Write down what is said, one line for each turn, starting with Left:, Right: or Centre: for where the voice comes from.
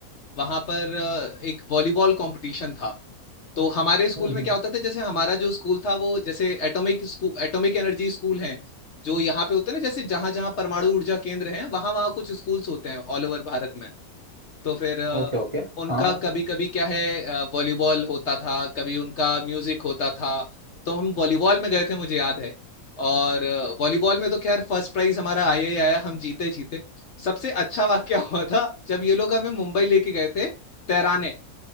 Left: वहां पर अ, एक वॉलीबॉल कंपटीशन था तो हमारे स्कूल
Right: हम्म
Left: में क्या होता था जैसे हमारा जो स्कूल था वो जैसे atomic school atomic energy school है जो यहाँ पे होते हैं ना जैसे जहां जहां परमाणु ऊर्जा केंद्र हैं वहां वहां कुछ स्कूल्स होते हैं ऑल ओवर भारत में तो फिर अ,
Right: Okay okay
Left: उनका
Right: हाँ हाँ
Left: कभी कभी क्या है अ, वॉलीबॉल होता था कभी उनका म्यूजिक होता था तो हम वॉलीबॉल में गए थे मुझे याद है और वॉलीबॉल में तो खैर फर्स्ट प्राइज हमारा आया ही आया हम जीते जीते सबसे अच्छा वाक्य हुआ था जब ये लोग हमें मुंबई लेके गए थे तैराने